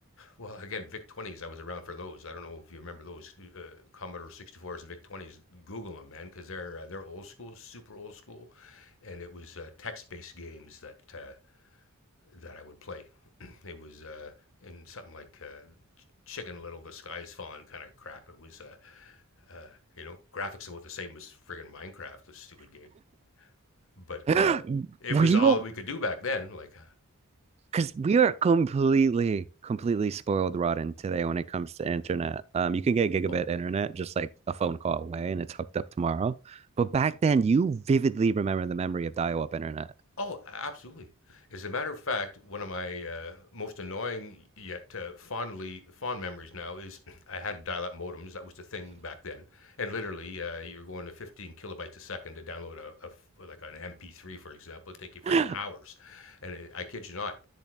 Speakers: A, on the left (about 65°); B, on the right (about 30°).
A: Well, again, VIC 20s, I was around for those. I don't know if you remember those uh, Commodore 64s and VIC 20s. Google them, man, because they're, uh, they're old school, super old school. And it was uh, text based games that, uh, that I would play. <clears throat> it was uh, in something like uh, Chicken Little, The Sky's falling, kind of crap. It was, uh, uh, you know, graphics about the same as friggin' Minecraft, the stupid game. But
B: <laughs>
A: uh, it
B: Were
A: was
B: you?
A: all we could do back then. Like,
B: Because we are completely, completely spoiled rotten today when it comes to internet. Um, you can get gigabit
A: oh,
B: internet just like a phone call away and it's hooked up tomorrow. But back then, you vividly remember the memory of dial-up internet. <gasps>
A: Oh, absolutely. As a matter of fact, one of my uh, most annoying yet uh, fondly fond memories now is <clears throat> I had dial-up modems. That was the thing back then, and literally uh, you're going to 15 kilobytes a second to download a, a f- like an MP3, for example. It'd take you friggin'
B: <laughs>
A: hours, and it, I kid you not.